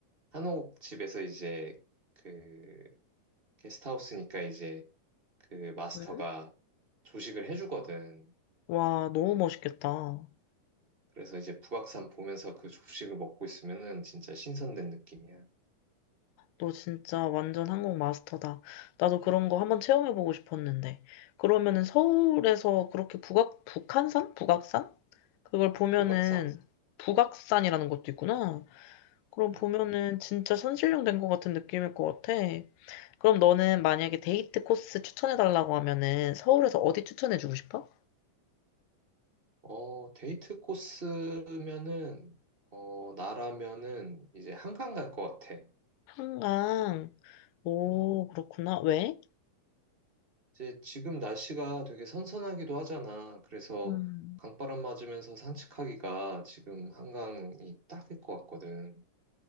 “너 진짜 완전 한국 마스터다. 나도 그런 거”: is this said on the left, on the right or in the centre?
Left